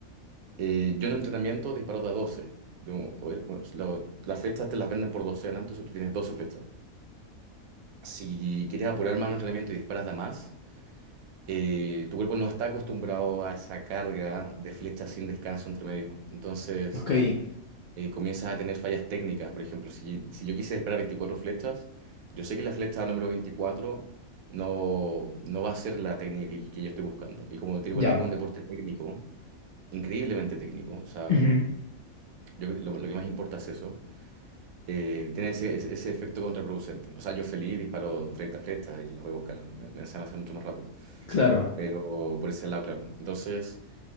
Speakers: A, on the right; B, on the left.
A: Eh, yo en un entrenamiento disparo de a 12. Yo- o- o- lo- las flechas te las venden por docena, entonces tú tienes 12 flechas. Si quieres apurar más el entrenamiento y disparas de a más, eh, tu cuerpo no está acostumbrado a esa carga de flechas sin descanso entre medio. Entonces,
B: Ok.
A: eh, comienzas a tener fallas técnicas. Por ejemplo, si, si yo quise esperar 24 flechas, yo sé que la flecha número 24 no, no va a ser la técnica que, que yo estoy buscando. Y como tiro
B: Ya.
A: con arco es un deporte técnico, increíblemente técnico, o sea,
B: Ujú.
A: yo- lo, lo que más importa es eso, eh, tiene ese, ese- ese efecto contraproducente. O sea, yo feliz disparo 30 flechas y las voy a buscar, me, me se me hace mucho más rápido.
B: Claro,
A: Pero por ese lado, claro. Entonces...